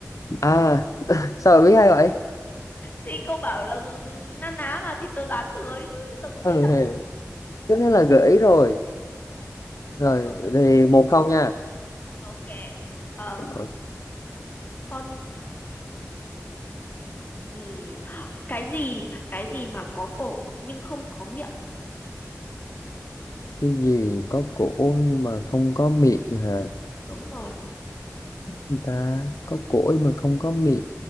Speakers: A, on the left; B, on the left.
A: à sao mà biết hay vậy
B: thì cô bảo là ừ, na ná mà thì tớ đoán bừa ấy chứ chứ tớ có biết
A: ừ,
B: đâu
A: thì cái đó là gợi ý rồi Rồi,
B: Ôi.
A: thì một không nha.
B: ok ờm,
A: Ờ,
B: con ừm, cái gì cái gì mà có cổ nhưng không có miệng
A: Cái gì có cổ nhưng mà không có miệng hả?
B: đúng rồi
A: Người ta có cổ nhưng mà không có miệng.